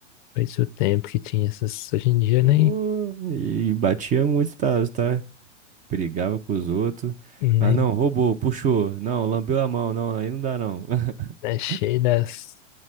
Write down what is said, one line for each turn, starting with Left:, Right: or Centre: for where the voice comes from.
Left: foi isso o tempo que tinha essas. Hoje em dia
Right: Pô,
Left: nem
Right: e, batia muito, tá, tá? Brigava com os outros.
Left: nem
Right: Ah, não, roubou, puxou. Não, lambeu a mão, não, aí não dá não. <laughs>
Left: tá cheio das